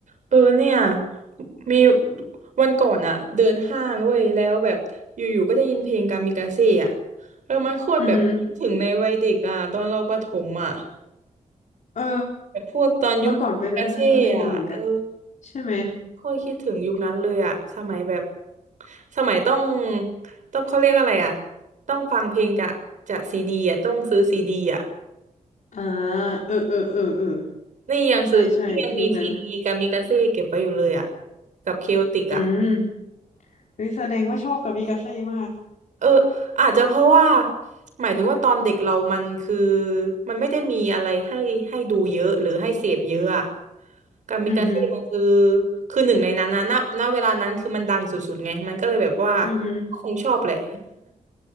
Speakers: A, on the right (about 65°); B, on the left (about 70°).
A: เออเนี่ยมีวันก่อนอะเดินห้างเว้ยแล้วแบบอยู่ๆก็ได้ยินเพลงกามิกาเซ่อะแล้วมันโคตรแบบคิดถึงในวัยเด็กอะตอนเราประถมอะ
B: อือหือเออ
A: แบบพวกตอนยุคกามิกาเซ่อะเออ
B: วันก่อนไปเดินห้างก็ได้ยินเหมือนกันใช่ไหม
A: โคตรคิดถึงยุคนั้นเลยอะสมัยแบบสมัยต้องต้องเขาเรียกอะไรอะต้องฟังเพลงจากจากซีดีอะต้องซื้อซีดีอะ
B: อ่าเออเออเออ เออ
A: นี่ยังซื้อนี่ยังมีซีดีกามิกาเซ่เก็บไว้อยู่เลยอะ
B: ใช่ใช่ยุคนั้น
A: กับเคโอติกอะ
B: อืมเฮ้ยแสดงว่าชอบกามิกาเซ่มาก
A: เอออาจจะเพราะว่าหมายถึงว่าตอนเด็กเรามันคือมันไม่ได้มีอะไรให้ให้ดูเยอะหรือให้เสพเยอะอะกามิกาเซ่มันคือ
B: อือฮึอ
A: คือหนึ่งในนั้นนะณณเวลานั้นคือมันดังสุดๆไงมันก็เลยแบบว่า
B: ือฮึ
A: ก็คงชอบแหละ